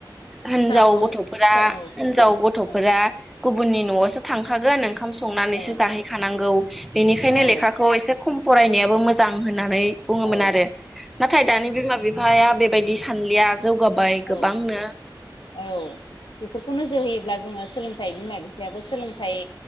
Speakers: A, in the centre; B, on the left.
A: हिन्जाव
B: फिसाखौ
A: गथफोरा
B: औ
A: हिन्जाव गथफोरा
B: औ
A: गुबुननि नआवसो थांखागोन ओंखाम संनानैसो
B: औ
A: जाहैखानांगौ बेनिखायनो
B: औ
A: लेखाखौ एसे खम फरायनायाबो मोजां होननानै बुंङोमोन
B: औ
A: आरो। नाथाय दानि बिमा बिफाया बेबायदि सानलिया जौगाबाय गोबांनो
B: औ औ बेफोरखौ नोजोर होयोब्ला जोङो सोलोंथाइ बिमा बिफायाबो सोलोंथाइ